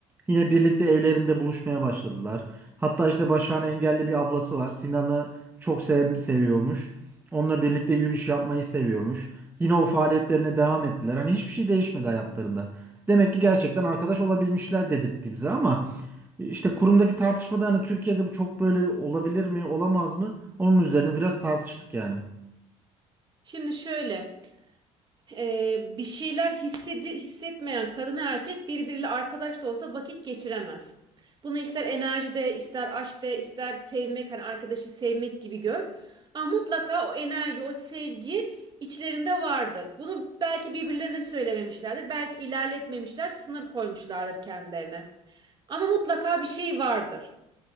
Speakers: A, on the right (about 15°); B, on the right (about 35°).
A: Yine birlikte evlerinde buluşmaya başladılar. Hatta işte Başak'ın engelli bir ablası var. Sinan'ı çok sev seviyormuş. Onunla birlikte yürüyüş yapmayı seviyormuş. Yine o faaliyetlerine devam ettiler. Hani hiçbir şey değişmedi hayatlarında. Demek ki gerçekten arkadaş olabilmişler dedirtti bize ama işte kurumdaki tartışmada hani Türkiye'de bu çok böyle olabilir mi, olamaz mı? Onun üzerine biraz tartıştık yani.
B: Şimdi şöyle. e, bir şeyler hissedi hissetmeyen kadın erkek birbiriyle arkadaş da olsa vakit geçiremez. Bunu ister enerjide, ister aşkta, ister sevmek, hani arkadaşı sevmek gibi gör. Ama mutlaka o enerji, o sevgi içlerinde vardır. Bunu belki birbirlerine söylememişlerdir, belki ilerletmemişler, sınır koymuşlardır kendilerine. Ama mutlaka bir şey vardır.